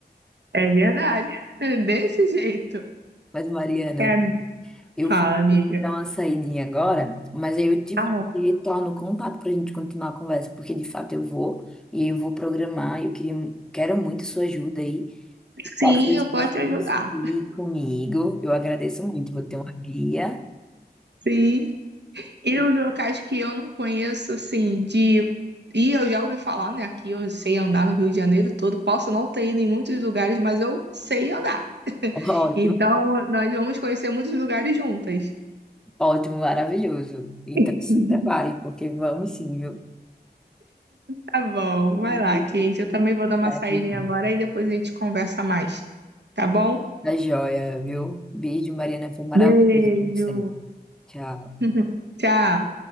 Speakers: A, on the right; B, in the centre.
A: é verdade. <laughs> Desse jeito.
B: Mas, Mariana,
A: É,
B: eu
A: fala,
B: vou ter
A: amiga.
B: que dar uma saidinha agora, mas aí eu tive
A: Ah,
B: que retorno o contato para a gente continuar a conversa, porque de fato eu vou, e eu vou programar, e eu queria, quero muito sua ajuda aí. Os passeios
A: sim, eu
B: que
A: posso
B: você
A: te ajudar.
B: conseguir comigo, eu agradeço muito, vou ter uma guia.
A: Sim. E
B: <laughs>
A: os locais que eu não conheço, assim, de. E eu já ouvi falar, né? Aqui eu sei andar no Rio de Janeiro todo. Posso não ter ido em muitos lugares, mas eu sei andar. <laughs>
B: Ótimo.
A: Então, nós vamos conhecer muitos lugares juntas.
B: Ótimo, maravilhoso. Então
A: <laughs>
B: se prepare, porque vamos sim, viu?
A: Tá bom, vai
B: Depois
A: lá, Kate. Eu também vou
B: conversa,
A: dar uma saída
B: então.
A: agora e depois a gente conversa mais. Tá bom?
B: Tá joia, viu? Beijo, Mariana. Foi maravilhoso,
A: Beijo.
B: como sempre. Tchau.
A: <laughs> Tchau.